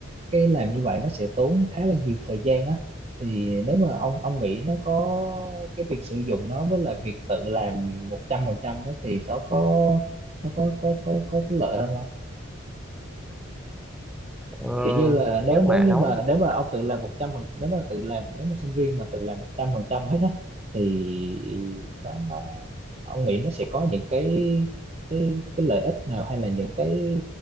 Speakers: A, on the right; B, in the centre.
A: cái làm như vậy nó sẽ tốn khá là nhiều thời gian á thì nếu mà ông ông nghĩ nó có cái việc sử dụng nó với lại việc tự làm một trăm phần trăm đó thì nó có nó có có có có cái lợi hơn không
B: ờ,
A: kiểu như là
B: nếu
A: nếu nếu
B: mà
A: như
B: nói
A: mà nếu
B: về,
A: mà ông tự làm một trăm phần nếu mà tự làm nếu mà sinh viên mà tự làm một trăm phần trăm hết á thì đó nó ông nghĩ nó sẽ có những cái cái cái lợi ích nào hay là những cái